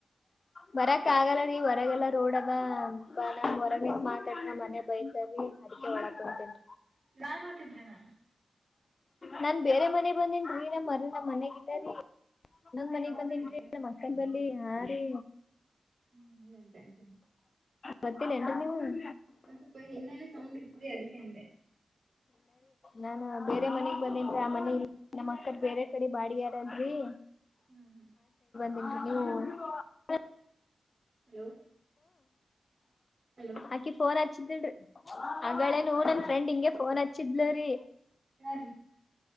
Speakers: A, on the left; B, on the right.
A: ಬರಕ್ ಆಗಲ್ಲ ರೀ ಹೊರಗೆಲ್ಲ ರೋಡ್ ಅದ ನಾ ಹೊರಗ ನಿಂತ ಮಾತಾಡ್ರ ನಮ್ಮ ಮನೆ ಬೈತಾರಿ. ಮದಕ್ಕುಂತೆನ್.
B: ನಾನ್ ಓತಿದ್ರೇನಲ್ಲ.
A: ನಾನ್ ಬೇರೆ ಮನೆಗ್ ಬಂದೇನ್ ರೀ ನಮ್ ನಮ್ ಮನೆಗಿಲ್ಲ ರೀ. ಇನ್ನೊಂದ ಮನಿಗ್
B: ಹೌದ್ರಿ
A: ಬಂದನ್ರಿ ನಮ ಅಕ್ಕನ ಬಳಿ ಹಾ ರೀ.
B: ಹ್ಮ. <unintelligible>
A: ಗೊತ್ತಿಲ್ಲ ಏನ್ರಿ ನಿಮಗ.
B: ಒಂದ್ ಸ್ವಲ್ಪ ಹಿನ್ನೆಲ ಸೌಂಡ್ ಇತರಿ ಅದಕ್ಕೆ ಅಂದೆ.
A: ನಾನ ಬೇರೆ ಮನಗ್ ಬಂದೆನ್ರಿ ಆ ಮನೇಲಿ ನನ್ನ ಅಕ್ಕರ್ ಬೇರೆ ಕಡೆ ಬಾಡಗಾರದವಿಯಾಲ್ರಿ.
B: ಹ್ಮ್ ಹ್ಮ್.
A: <unintelligible>
B: ಹಲೋ ಹಲೋ
A: ಅಕಿ ಫೋನ್ ಹಚ್ಚ. ಿ ಆಗಳೇನು ನನ್ ಫ್ರೆಂಡ್ ಹಿಂಗೆ ಫೋನ್ ಹಚ್ಚಿದ್ಲ್ರೀ
B: ಹರಿ